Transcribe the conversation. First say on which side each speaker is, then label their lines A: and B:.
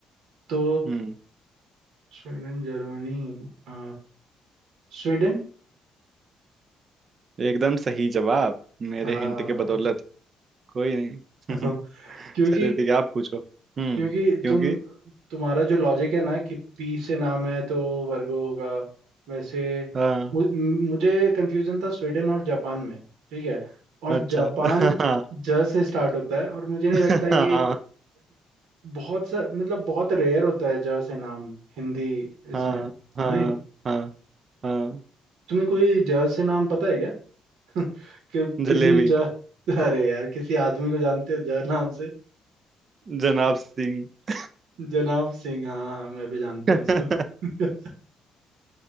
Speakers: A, on the right; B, on the right.
A: तो
B: हम्म
A: स्वीडन जर्मनी अ, स्वीडन
B: एकदम सही जवाब मेरे
A: हाँ
B: हिंट के बदौलत कोई नहीं
A: <laughs>
B: <laughs>
A: क्योंकि
B: चलिए ठीक है आप पूछो हम्म
A: क्योंकि
B: क्योंकि
A: तुम तुम्हारा जो लॉजिक है ना कि पी से नाम है तो वर्गो होगा वैसे
B: हाँ
A: मु, मुझे कंफ्यूजन था स्वीडन और जापान में ठीक है और
B: अच्छा
A: जापान
B: <laughs>
A: ज से स्टार्ट होता है और मुझे नहीं
B: हाँ
A: लगता है
B: हाँ
A: कि बहुत सा मतलब बहुत रेयर होता है ज से नाम हिंदी
B: हाँ
A: इसमें
B: हाँ
A: नहीं
B: हाँ हाँ
A: तुम्हें कोई ज से नाम पता है क्या <laughs> कि,
B: जलेबी
A: किसी ज <laughs> अरे यार किसी आदमी को जानते हो ज नाम से
B: जनाब सिंह
A: जनाब सिंह हाँ हाँ हाँ, मैं भी जानता
B: <laughs>
A: हूँ उसको <laughs>